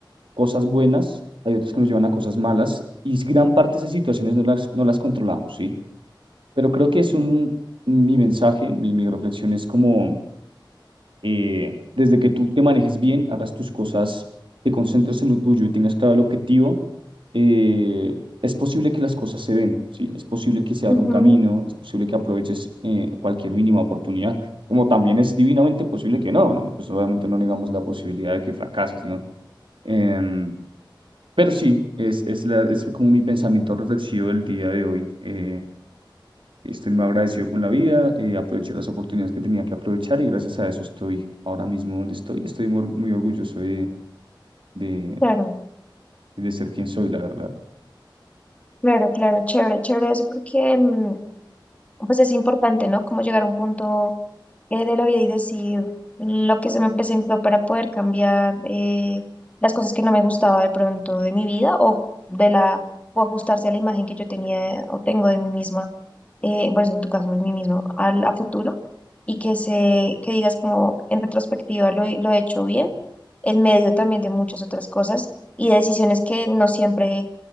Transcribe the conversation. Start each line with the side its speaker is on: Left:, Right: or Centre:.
Right: cosas buenas, hay otras que nos llevan a cosas malas, y gran parte de esas situaciones no las, no las controlamos, ¿sí? Pero creo que es un, mi mensaje, mi, mi reflexión es como... eh, desde que tú te manejes bien, hagas tus cosas, te concentres en lo tuyo y tengas claro el objetivo, eh, es posible que las cosas se den, ¿sí? Es posible que se abra
Left: ujú,
Right: un camino, es posible que aproveches eh, cualquier mínima oportunidad, como también es divinamente posible que no, ¿no? Pues obviamente no negamos la posibilidad de que fracases, ¿no? Em, pero sí, es, es, la- es como mi pensamiento reflexivo del día de hoy. Eh, Estoy muy agradecido con la vida, eh, aproveché las oportunidades que tenía que aprovechar y gracias a eso estoy ahora mismo donde estoy. Estoy muy, or- muy orgulloso de, de,
Left: Claro,
Right: de ser quien soy, la verdad.
Left: claro, claro, chévere, chévere eso porque mm, pues es importante, ¿no? Como llegar a un punto eh, de la vida y decir lo que se me presentó para poder cambiar eh, las cosas que no me gustaba de pronto de mi vida o de la o ajustarse a la imagen que yo tenía o tengo de mí misma eh, pues en tu caso, en mí mismo, al, a futuro, y que se, que digas como en retrospectiva lo, he- lo he hecho bien, en medio también de muchas otras cosas y decisiones que no siempre,